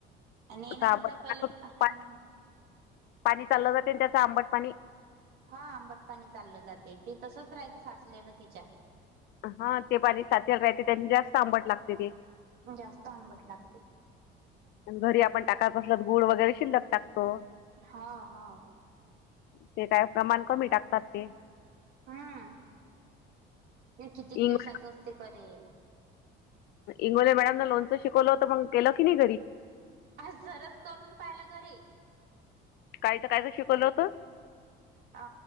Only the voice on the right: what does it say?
आणि हिनं
कसं पहिले हा
हा आंबट पाणी चाललं जाते, ते तसच राहते साचलेलं तिच्या
जास्त आंबट लागते.
हा हा
हमं ते कितीक
दिवसाच असते करेल.
आज जराच करून पाहिलं घरी.
अ